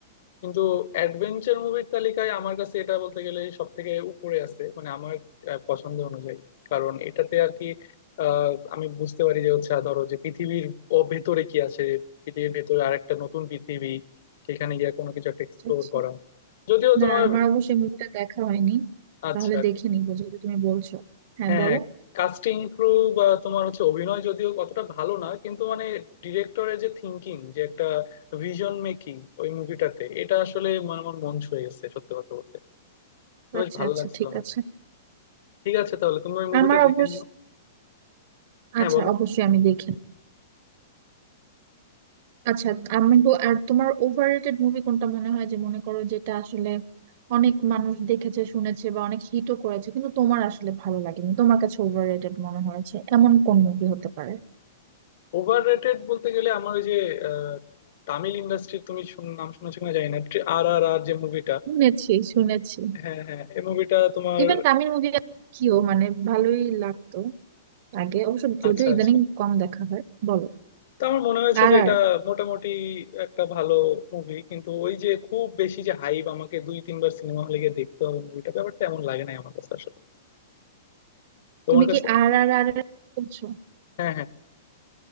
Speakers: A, on the left (about 55°); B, on the right (about 50°).
A: কিন্তু অ্যাডভেঞ্চার মুভির তালিকায় আমার কাছে এটা বলতে গেলে সব থেকে উপরে আছে মানে আমার আহ, পছন্দ অনুযায়ী কারণ এটাতে আর কি আহ, আমি বুঝতে পারি যে হচ্ছে আহ, ধরো যে পৃথিবীর ও ভেতরে কি আছে পৃথিবীর ভেতরে আরেকটা নতুন পৃথিবী সেখানে গিয়ে কোনো কিছু একটা এক্সপ্লোর
B: আচ্ছা, আচ্ছা।
A: করা যদিও
B: না
A: তোমার
B: আমার অবশ্যই মুভিটা দেখা হয়নি
A: আচ্ছা
B: তাহলে দেখে নিবো যেহেতু তুমি বলছো হ্যাঁ
A: হ্যাঁ
B: বলো
A: হ্যাঁ কাস্টিং ক্রু বা তোমার হচ্ছে অভিনয় যদিও কতটা ভালো না কিন্তু মানে ডিরেক্টরের যে থিঙ্কিং যে একটা ভিশন মেকিং ওই মুভিটাতে এটা আসলে মানে আমার মন ছুঁয়ে গেছে সত্যি কথা বলতে তো বেশ
B: আচ্ছা
A: ভালো
B: আচ্ছা
A: লাগছিল
B: ঠিক
A: আমার
B: আছে
A: ঠিক আছে তাহলে তুমি ওই মুভিটা
B: আমার
A: দেখে
B: অবশ্য
A: নিও হ্যাঁ
B: আচ্ছা
A: বলো
B: অবশ্যই আমি দেখি আচ্ছা আমি বল- আর তোমার ওভাররেটেড মুভি কোনটা মনে হয় যে মনে করো যেটা আসলে অনেক মানুষ দেখেছে শুনেছে বা অনেক হিটও করেছে কিন্তু তোমার আসলে ভালো লাগেনি তোমার কাছে ওভাররেটেড মনে হয়েছে এমন কোন মুভি হতে পারে
A: ওভার রেটেড বলতে গেলে আমার ওই যে আহ, তামিল ইন্ডাস্ট্রির তুমি শুন- নাম শুনেছো কিনা জানি না আর আর আর যে মুভিটা
B: শুনেছি শুনেছি
A: হ্যাঁ হ্যাঁ এই মুভিটা তোমার
B: ইভেন তামিল মুভি কিও মানে ভালোই লাগতো আগে অবশ্য যদিও
A: আচ্ছা
B: ইদানিং
A: আচ্ছা
B: কম দেখা হয় বলো
A: তো আমার মনে হয়েছে
B: আর
A: যে
B: আর
A: এটা মোটামুটি একটা ভালো মুভি কিন্তু ওই যে খুব বেশি যে হাইপ আমাকে দুই তিনবার সিনেমা হলে গিয়ে দেখতে হবে মুভিটা ব্যাপারটা এমন লাগে না আমার কাছে আসলে তোমার
B: তুমি
A: কাছে
B: কি আর আর আর এর কথা বলছো
A: হ্যাঁ হ্যাঁ